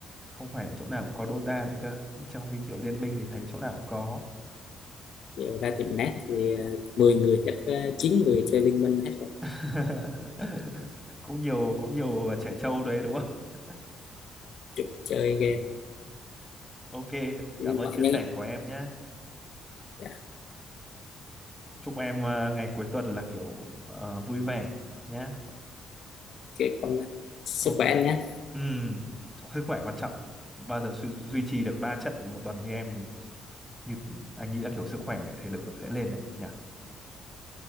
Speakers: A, in the centre; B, on the left (about 65°).
A: Không phải chỗ nào cũng có Dota nữa cơ. Trong khi kiểu liên minh thì thấy chỗ nào cũng có.
B: Giờ ra tìm nét thì ờ, 10 người chắc ờ, 9 người chơi Liên Minh hết rồi.
A: <laughs> cũng nhiều cũng nhiều trẻ trâu đấy đúng không? <laughs>
B: Trực chơi game.
A: Ok,
B: Nhưng
A: cảm ơn
B: mà
A: chia
B: nhân
A: sẻ của em nhé.
B: dạ,
A: chúc em ờ, ngày cuối tuần là kiểu ờ, vui vẻ nhé
B: kệ công sức
A: ok
B: khỏe anh nhé.
A: Ừm, sức khỏe quan trọng bao giờ su- duy trì được 3 trận một tuần như em thì như anh nghĩ là kiểu sức khỏe thể lực nó sẽ lên đấy nhỉ